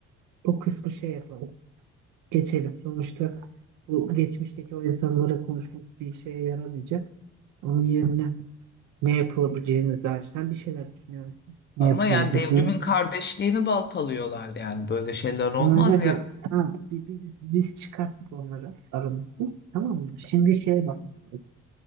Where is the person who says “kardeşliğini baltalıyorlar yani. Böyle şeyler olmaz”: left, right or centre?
Left